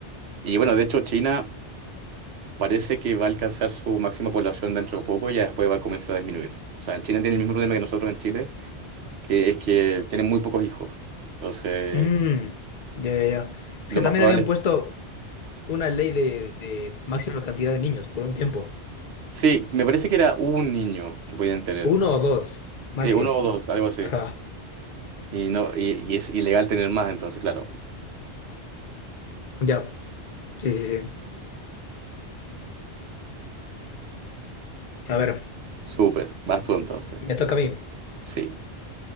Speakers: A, on the right; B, on the left.
A: Y bueno, de hecho China parece que va a alcanzar su máxima población dentro de poco y ya después va a comenzar a disminuir. O sea, en China tiene el mismo problema que nosotros en Chile, que es que tienen muy pocos hijos. Entonces,
B: Mm, ya, ya, ya. Es
A: lo
B: que
A: más
B: también
A: probable...
B: habían puesto una ley de, de máxima cantidad de niños por un tiempo.
A: Sí, me parece que era un niño que podían tener.
B: Uno o dos, máximo.
A: Sí, uno o dos, algo así.
B: Ajá,
A: Y no, y, y es ilegal tener más, entonces, claro.
B: ya, sí, sí, sí. A ver.
A: Súper, vas tú entonces.
B: Me toca a mí.
A: Sí.